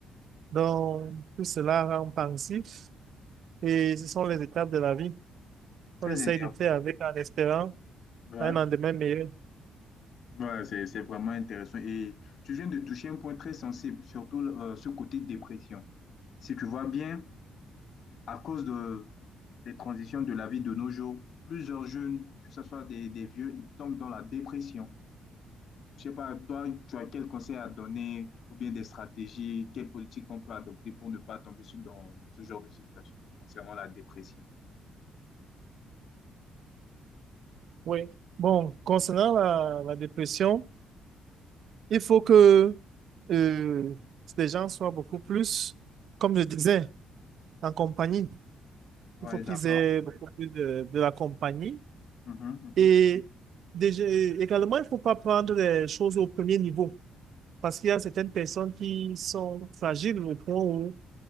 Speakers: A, on the right; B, on the left.
A: Donc, tout cela rend pensif Et ce sont les étapes de la vie. On
B: Très
A: essaye
B: intéressant.
A: de faire avec en espérant
B: Ouais,
A: un lendemain meilleur.
B: ouais, c'est, c'est vraiment intéressant. Et tu viens de toucher un point très sensible, surtout euh, ce côté dépression. Si tu vois bien, à cause de, des transitions de la vie de nos jours. Plusieurs jeunes, que ce soit des, des vieux, ils tombent dans la dépression. Je ne sais pas, toi, tu as quel conseil à donner ou bien des stratégies, quelles politiques on peut adopter pour ne pas tomber sur- dans, dans ce genre de situation concernant la dépression.
A: Oui. Bon, concernant la, la dépression, il faut que euh, les gens soient beaucoup plus, comme je disais, en compagnie.
B: Oui,
A: Il faut qu'ils
B: d'accord.
A: aient beaucoup plus de, de la compagnie.
B: Mhm, mhm.
A: Et déjà, également, il ne faut pas prendre les choses au premier niveau. Parce qu'il y a certaines personnes qui sont fragiles au point où